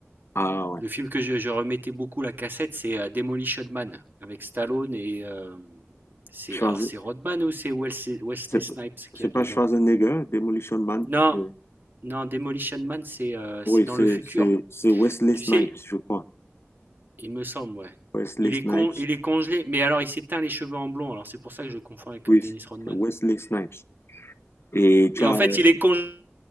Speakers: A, on the left; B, on the right.
A: Ah, ouais.
B: Le film que je je remettais beaucoup la cassette, c'est, heu, Demolition Man avec Stallone et hem, c'est
A: Ouais.
B: alors c'est Rodman ou c'est Wesley Wesley
A: C'est
B: Snipes
A: c'est
B: qu'il y a
A: pas
B: dedans?
A: Schwarzenegger, Demolition Man.
B: Non,
A: euh,
B: non, Demolition Man, c'est, heu,
A: Oui,
B: c'est dans
A: c'est
B: le futur.
A: c'est- c'est Wesley
B: Tu
A: Snipes,
B: sais,
A: je crois.
B: Il me semble, ouais.
A: Wesley
B: Il
A: Snipes.
B: est con il est congelé, mais alors il s'est teint les cheveux en blond, alors c'est pour ça que je confonds avec
A: Oui,
B: euh, Dennis Rodman.
A: c'est Wesley Snipes. Et
B: Et
A: tu as...
B: en fait,
A: euh,
B: il est congelé,